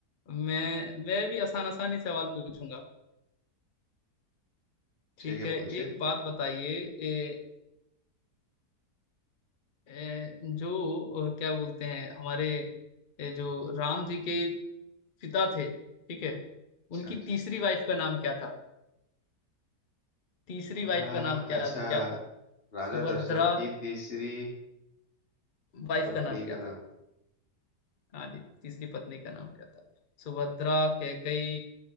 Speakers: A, on the left (about 70°); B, on the left (about 35°).
A: मैं मैं भी आसान आसानी सवाल पूछूंगा ठीक
B: ठीक है
A: है
B: पूछिए
A: एक बात बताइए ए, ए, जो अ, क्या बोलते हैं हमारे ए, जो राम जी के पिता थे ठीक है
B: अच्छा
A: उनकी
B: अच्छा
A: तीसरी वाइफ का नाम क्या था तीसरी
B: अच्छा
A: वाइफ
B: रा-
A: का नाम क्या
B: अच्छा,
A: क्या था
B: राजा
A: सुभद्रा
B: दशरथ की तीसरी
A: वाइफ
B: पत्नी
A: का नाम
B: का
A: क्या था हाँ जी तीसरी पत्नी का नाम क्या था सुभद्रा कैकई